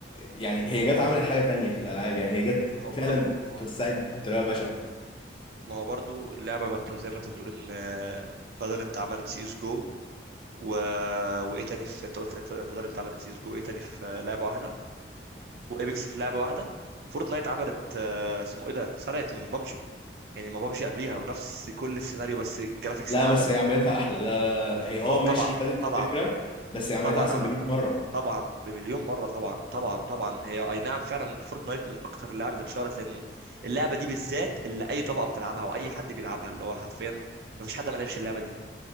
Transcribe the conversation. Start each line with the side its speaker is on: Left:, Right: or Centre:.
Left: يعني هي جت عملت حاجه تانية في الالعاب يعني هي جت
Right: ما هو
Left: فعلا
Right: برضو ما
Left: توسعت
Right: هو
Left: بطريقه بشعه
Right: ما هو برضو اللعبه ما انت زي ما انت بتقول ان آه، بدل انت عملت سي اس جو و... وايه تاني في انت قلت بدل انت عملت سي اس جو ايه تاني في آه، لعبه واحده وابيكس في لعبه واحده فورتنايت عملت آه، اسمه ايه ده سرقت من بابجي يعني ما بابجي قبليها ونفس كل السيناريو بس جرافيكس
Left: لا
Right: اعلى
Left: بس
Right: برضه
Left: هي عملتها احلى لا لا لا هي اه
Right: اه
Left: ماشي
Right: طبعا
Left: خدت
Right: طبعا
Left: الفكره بس هي عملتها
Right: طبعا
Left: احسن
Right: عملتها
Left: ب 100 مره
Right: طبعا بمليون مره طبعا طبعا طبعا هي اي نعم فعلا فورتنايت من اكتر اللعب اللي اتشهرت لان اللعبه دي بالذات اللي اي طبقه بتلعبها واي حد بيلعبها اللي هو حرفيا ما فيش حد ما لعبش اللعبه دي